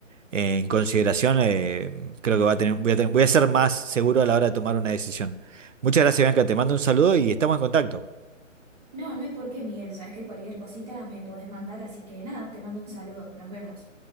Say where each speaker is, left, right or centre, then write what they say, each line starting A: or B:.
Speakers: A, on the right (about 70°); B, on the right (about 30°).
A: en consideración, eh, creo que va a tener, voy a tener- voy a ser más seguro a la hora de tomar una decisión. Muchas gracias, Bianca. Te mando un saludo y estamos en contacto.
B: No, no hay por qué, Miguel. Sabes que cualquier cosita me podés mandar, así que nada, te mando un saludo. Nos vemos.